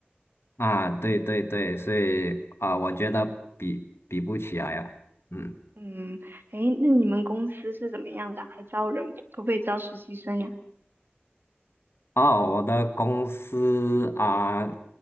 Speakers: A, on the left (about 85°); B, on the right (about 65°).
A: 啊，对对对，所以啊、我觉得比比不起来啊，嗯。
B: 嗯，诶，那你们公司是怎么样的啊还招人，可不可以招实习生呀？
A: 哦，我的公司啊，